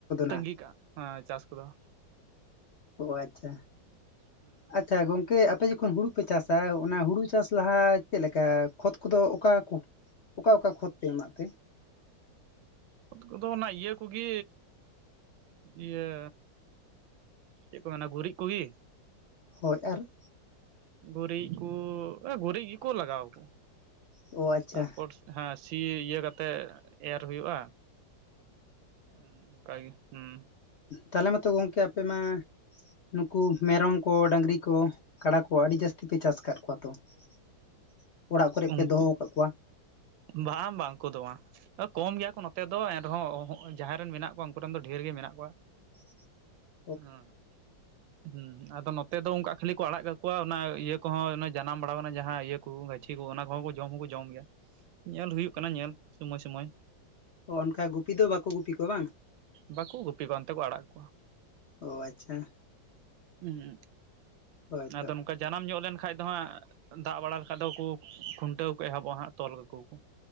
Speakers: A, on the right; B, on the left.
A: ᱛᱟᱺᱜᱤ
B: ᱱᱟᱜ
A: ᱠᱟᱜᱼᱟ ᱦᱮ ᱪᱟᱥ ᱠᱚᱫᱚ
B: ᱚ ᱟᱪᱪᱷᱟ
A: ᱦᱩᱸ ᱦᱩᱸ
B: ᱟᱪᱪᱷᱟ ᱜᱚᱝᱠᱮ ᱟᱯᱮ ᱡᱚᱠᱷᱚᱱ ᱦᱩᱲᱩ ᱯᱮ ᱪᱟᱥᱟ ᱚᱱᱟ ᱦᱩᱲᱩ ᱪᱟᱥ ᱞᱟᱦᱟ ᱪᱮᱫ ᱞᱮᱠᱟ ᱠᱷᱚᱛ ᱠᱚᱫᱚ ᱚᱠᱟ ᱠᱚ ᱚᱠᱟ ᱚᱠᱟ ᱠᱷᱚᱛ ᱯᱮ ᱮᱢᱟᱜ ᱛᱮ?
A: ᱚᱠᱟ ᱠᱚᱫᱚ ᱚᱱᱟ ᱤᱭᱟᱹ ᱠᱚᱜᱮ ᱤᱭᱟᱹ ᱪᱮᱫ ᱠᱚ ᱢᱮᱱᱟ ᱜᱩᱨᱤᱡ ᱠᱚᱜᱮ
B: ᱦᱳᱭ ᱟᱨ
A: ᱜᱩᱨᱤᱡ ᱠᱚ ᱜᱩᱨᱤᱡ ᱜᱮᱠᱚ ᱞᱟᱜᱟᱣ ᱠᱟᱫᱟ
B: ᱚ ᱟᱪᱪᱷᱟ
A: ᱛᱟᱨᱯᱚᱨ ᱦᱮᱸ ᱥᱤ ᱤᱭᱟᱹ ᱠᱟᱛᱮ ᱮᱨ ᱦᱩᱭᱩᱜᱼᱟ ᱦᱩᱸ ᱚᱱᱠᱟᱜᱮ ᱦᱩᱸ
B: ᱛᱟᱞᱦᱮ ᱢᱟᱛᱚ ᱜᱚᱝᱠᱮ ᱟᱯᱮ ᱢᱟ ᱱᱩᱠᱩ ᱢᱮᱨᱚᱢ ᱠᱚ ᱰᱟᱹᱝᱨᱤ ᱠᱚ ᱠᱟᱰᱟ ᱠᱚ ᱟᱹᱰᱤ ᱡᱟᱹᱥᱛᱤ ᱯᱮ ᱪᱟᱥ ᱟᱠᱟᱫ ᱠᱚᱣᱟ ᱛᱚ <inaudible>
A: ᱩᱱᱠᱩ
B: ᱯᱮ ᱫᱚᱦᱚ ᱟᱠᱟᱫ ᱠᱚᱣᱟ
A: ᱵᱟᱝ ᱵᱟᱝ ᱩᱱᱠᱩ ᱫᱚ ᱵᱟᱝ। ᱠᱚᱢ ᱜᱮᱭᱟ ᱠᱚ ᱱᱚᱛᱮ ᱫᱚ ᱮᱱᱨᱮᱦᱚᱸ ᱡᱟᱦᱟᱸᱭ ᱨᱮᱱ ᱢᱮᱱᱟᱜ ᱠᱚᱣᱟ ᱩᱱᱠᱩ ᱨᱮᱱ ᱫᱚ ᱰᱷᱮᱨ ᱜᱮ ᱢᱮᱱᱟᱜ ᱠᱚᱣᱟ।
B: <inaudible>
A: ᱩᱸ ᱦᱩᱸ ᱟᱫᱚ ᱱᱚᱛᱮ ᱫᱚ ᱚᱱᱠᱟ ᱠᱷᱟᱹᱞᱤ ᱠᱚ ᱟᱲᱟᱜ ᱠᱟᱠᱚᱣᱟ ᱚᱱᱟ ᱤᱭᱟᱹ ᱠᱚᱦᱚᱸ ᱡᱟᱱᱟᱢ ᱵᱟᱲᱟᱣ ᱠᱟᱱᱟ ᱡᱟᱦᱟᱸ ᱤᱭᱟᱹ ᱠᱚ ᱜᱟᱼᱼ ᱪᱷᱤ ᱠᱚ ᱚᱱᱟ ᱠᱚᱦᱚᱸ ᱡᱚᱢ ᱦᱚᱸᱠᱚ ᱡᱚᱢ ᱜᱮᱭᱟ ᱧᱮᱞ ᱦᱩᱭᱩᱜ ᱠᱟᱱᱟ ᱧᱮᱞ ᱥᱚᱢᱚᱭ ᱥᱚᱢᱚᱭ
B: ᱚ ᱚᱱᱠᱟ ᱜᱩᱯᱤ ᱫᱚ ᱵᱟᱠᱚ ᱜᱩᱯᱤ ᱠᱚᱣᱟ ᱵᱟᱝ
A: ᱵᱟᱠᱚ ᱜᱩᱯᱤ ᱠᱚᱣᱟ ᱚᱱᱛᱮ ᱠᱚ ᱟᱲᱟᱜ ᱠᱚᱣᱟ।
B: ᱚ ᱟᱪᱪᱷᱟ।
A: ᱦᱩᱸ
B: ᱦᱳᱭᱛᱚ
A: ᱟᱫᱚ ᱱᱚᱝᱠᱟ ᱡᱟᱱᱟᱢ ᱧᱚᱜ ᱞᱮᱱᱠᱷᱟᱡ ᱫᱚ ᱦᱟᱸᱜ ᱫᱟᱜ ᱵᱟᱲᱟ ᱞᱮᱠᱷᱟᱡ ᱫᱚᱠᱩ ᱠᱷᱩᱱᱴᱟᱹᱣ ᱠᱚ ᱮᱦᱚᱵᱚᱜᱼᱟ ᱦᱟᱸᱜ ᱛᱚᱞ ᱠᱟᱹᱠᱩᱣ ᱟᱠᱚ᱾